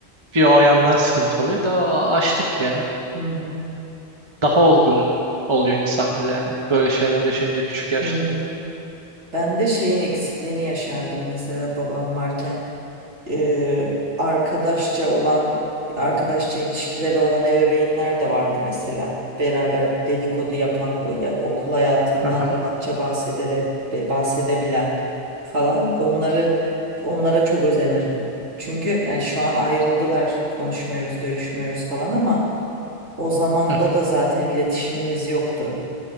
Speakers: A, on the right (about 25°); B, on the right (about 80°).
A: Bir o yandan sıkıntı oluyor da açtık ya.
B: Hı hı.
A: Daha olgun oluyor insan bir de yani. Böyle şeyler yaşayınca küçük yaşta.
B: Hı hı. Ben de şeyin eksikliğini yaşardım mesela babam varken. e, arkadaşça olan arkadaşça ilişkileri olan ebeveynler de vardı mesela. Beraber dedikodu yapan o ya- okul hayatından
A: Aha.
B: rahatça bahsedele, be- bahsedebilen falan. Onları onlara çok özenirdim. Çünkü yani şu an ayrıldılar, konuşmuyoruz, görüşmüyoruz falan ama o zamanda
A: Hı hı.
B: da zaten iletişimimiz yoktu.